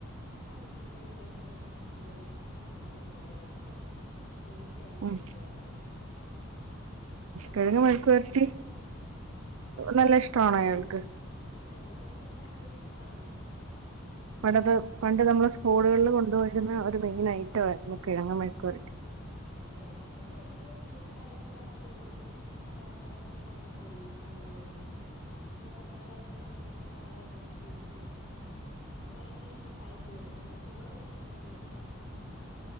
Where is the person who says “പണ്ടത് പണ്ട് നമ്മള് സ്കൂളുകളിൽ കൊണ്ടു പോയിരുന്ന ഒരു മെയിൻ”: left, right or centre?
Right